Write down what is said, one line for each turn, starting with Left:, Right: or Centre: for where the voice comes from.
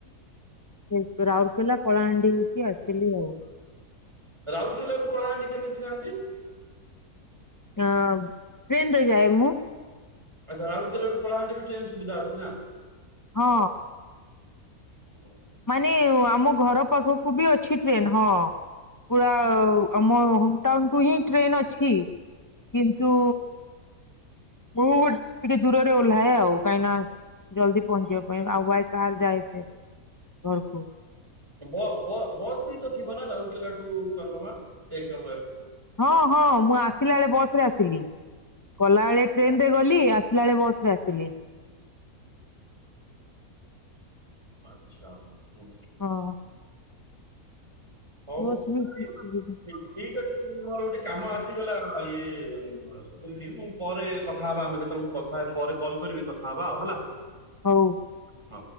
Left: ସେ ରାଉରକେଲା କଳାହାଣ୍ଡି ହେଇକି ଆସିଲି ଆଉ
Right: ରାଉରକେଲାରୁ କଳାହାଣ୍ଡି କେମିତି ଯାଆନ୍ତି
Left: ଅ ଟ୍ରେନ ରେ ଯାଏ ମୁଁ
Right: ଆଚ୍ଛା ରାଉରକେଲୋଠୁ କଳାହାଣ୍ଡି ବି ଟ୍ରେନ ସୁବିଧା ଅଛି ନା
Left: ହଁ
Right: ଓୁଁ
Left: ମାନେ ଆମ ଘର ପାଖକୁ ବି ଅଛି ଟ୍ରେନ୍ ହଁ ପୁରା ଆମ ହୋମ ଟାଉନ କୁ ହିଁ ଟ୍ରେନ୍ ଅଛି କିନ୍ତୁ ମୁେ ଟିକେ ଦୂରରେ ଓହ୍ଲାଏ ଆଉ କାହିଁକି ନା ଜଲଦି ପହଞ୍ଚିବା ପାଇଁ ଆଉ ଭାଇ କାର୍ ଯାଏ ଫ ଘରକୁ
Right: ବସ୍ ବି ତ ଥିବ ନା ରାଉରକେଲାଠୁ କମା ଏକ
Left: ହଁ ହଁ ମୁଁ ଆସିଲା ବେଳେ ବସ ରେ ଆସିଲି ଗଲା ବେଳେ ଟ୍ରେନ ରେ ଗଲି ଆସିଲା ବେଳେ ବସ ରେ ଆସିଲି
Right: <unintelligible> ଆଚଛା ହ
Left: ହଁ
Right: ହଉ
Left: ବସ୍ ବି
Right: ଠିକ
Left: ସୁବିଧା
Right: ଅଛି ମୋର ଗୋଟେ କାମ ଆସିଗଲା ଇଏ ପରେ କଥା ହବା ଆମେ କେତେବେଳେ କଥା ପରେ କଲ କରିବି କଥା ହବା ଆଉ ହେଲା
Left: ହଉ
Right: ହଁ।